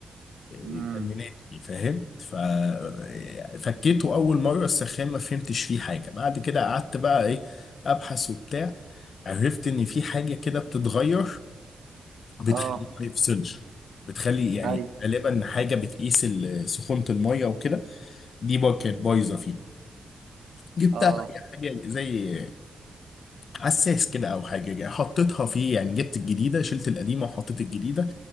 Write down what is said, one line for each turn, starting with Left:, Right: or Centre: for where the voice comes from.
Right: امم
Left: جننتني فاهم ففكيته أول مرة السخان ما فهمتش فيه حاجة بعد كده قعدت بقى إيه أبحث وبتاع عرفت إن في حاجة كده بتتغير بتخليه
Right: اه
Left: ما يفصلش بتخلي يعني
Right: ايوه
Left: غالبا حاجة بتقيس ال- سخونة المية وكده دي بقى كانت بايظة فيه جبتها
Right: اه
Left: هي حاجة زي حساس كده أو حاجة حطيتها فيه يعني جبت الجديدة شلت القديمة وحطيت الجديدة